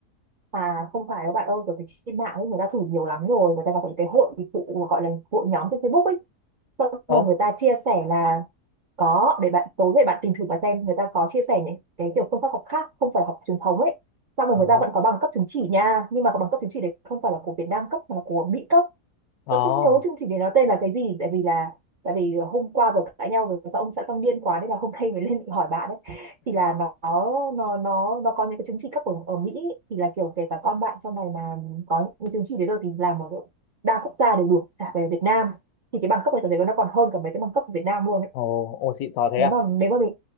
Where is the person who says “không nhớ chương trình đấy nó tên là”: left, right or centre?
Right